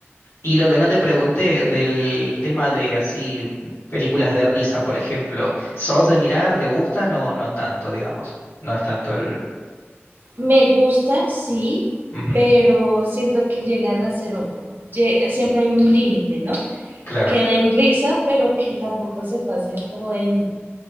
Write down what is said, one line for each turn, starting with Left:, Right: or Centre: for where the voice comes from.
Left: Y lo que no te pregunté del tema de así, películas de risa, por ejemplo, ¿sos de mirar? ¿Te gustan o no tanto, digamos? No es tanto el...
Right: Me gusta, sí,
Left: Ujú,
Right: pero siento que llegan a ser un, lle- siempre hay un límite, ¿no?
Left: Claro.
Right: Que den risa, pero que tampoco se pasen como de,